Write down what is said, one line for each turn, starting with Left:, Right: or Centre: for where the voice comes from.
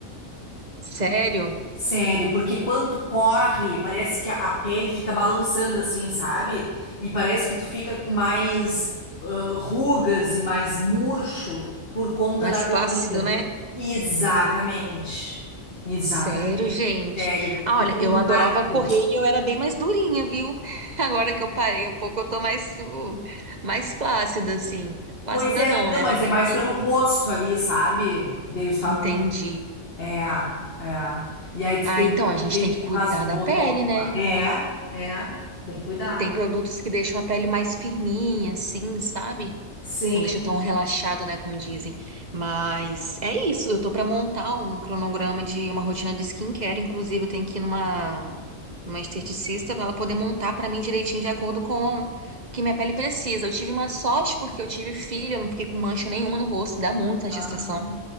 Right: Sério?
Left: Sério, porque quando corre, parece que a a pele fica balançando assim, sabe? E parece que tu fica com mais ah, rugas e mais murcho por conta
Right: Mais
Left: da corrida.
Right: flácido, né?
Left: Exatamente. Exatamente.
Right: Sério, gente.
Left: Sério,
Right: Ah,
Left: porque
Right: olha,
Left: o
Right: eu
Left: impacto.
Right: adorava correr e eu era bem mais durinha, viu? <laughs> Agora que eu parei um pouco, eu tô mais, uh, mais flácida, assim. Flácida
Left: Pois é,
Right: não,
Left: não,
Right: né?
Left: mas
Right: Mas
Left: é
Right: aqui.
Left: mais pelo rosto ali, sabe? Deles falando.
Right: Entendi.
Left: É, é. E aí diz
Right: Ah,
Left: que tem
Right: então a
Left: muita
Right: gente
Left: gente
Right: tem que
Left: que
Right: cuidar
Left: faz uns
Right: da
Left: botox
Right: pele, né?
Left: lá. É, é. Tem que cuidar.
Right: Tem produtos que deixam a pele mais firminha, assim, sabe?
Left: Sim.
Right: Não deixa tão relaxado, né, como dizem. Mas é isso, eu tô pra montar um cronograma de uma rotina de skincare, inclusive eu tenho que ir numa uma esteticista para ela poder montar pra mim direitinho de acordo com o que minha pele precisa. Eu tive uma sorte porque eu tive filho, eu não fiquei com mancha nenhuma no rosto, dá muito na
Left: Ah,
Right: gestação